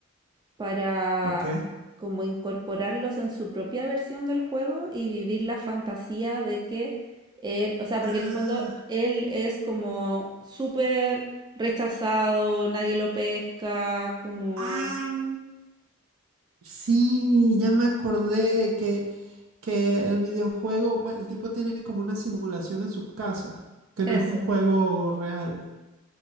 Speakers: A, on the right; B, on the right.
A: para
B: ok.
A: como incorporarlos en su propia versión del juego y vivir la fantasía de que él, o sea, porque
B: Ah,
A: en el fondo él es como súper rechazado, nadie lo pesca, como
B: Ah, sí, ya me acordé que, que el videojuego, bueno, el tipo tiene como una simulación en su casa, que
A: eso,
B: no es un juego real.